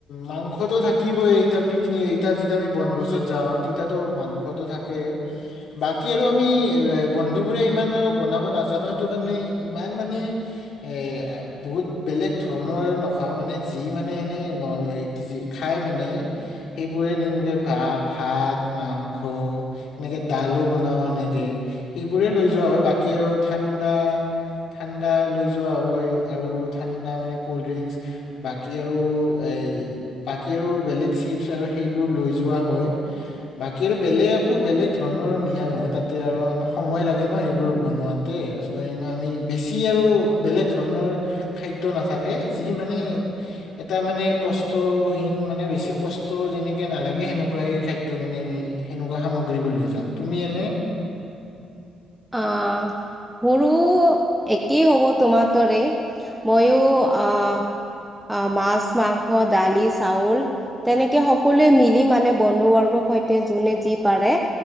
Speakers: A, on the left; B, in the centre.
A: মাংসটো থাকিবই এই তাত। পিকনিক, এতিয়া যেতিয়া বনভোছত যাওঁ, তিতিয়াটো মাংসটো থাকে। বাকী আৰু আমি বন্ধুবোৰে ইমান আৰু বনাব নাজানো সেইটো কাৰণে ইমান মানে, এ বহুত বেলেগ ধৰণৰ নখাওঁ মানে, যি মানে এনেই খায় মানে। সেইবোৰে নিউ, ভাত-মাংস এনেকে ডালো বনাও এনেকে, সেইবোৰে লৈ যোৱা হয়, বাকী আৰু ঠাণ্ডা ঠাণ্ডা লৈ যোৱা হয়, আৰু ঠাণ্ডা মানে কল্ড ড্ৰিংকচ বাকী আৰু এই বাকী আৰু বেলেগ চিপচ আৰু সেইবোৰ লৈ যোৱা হয়। বাকী আৰু বেলেগ আকৌ নিয়া নহয় তাতে আৰু সময় লাগে ন এইেবোৰ বনোৱাত চ' এই আমি বেছি আৰু বেলেগ ধৰণৰ খাদ্য নাথাকে যি মানে এটা মানে কষ্টহীন, মানে বেছি কষ্ট যেনেকে নালাগে সেনেকুৱাই খাদ্য ত' মানে আমি সেনেকুৱা সামগ্ৰীবোৰ লৈ যাওঁ তুমি এনে
B: অ'। মোৰো, একেই হ'ব তোমাৰ দৰে, মইয়ো আ আহ, মাছ, মাংস, দালি, চাউল তেনেকে সকলোৱে মিলি মানে বন্ধু বৰ্গৰ সৈতে যোনে যি পাৰে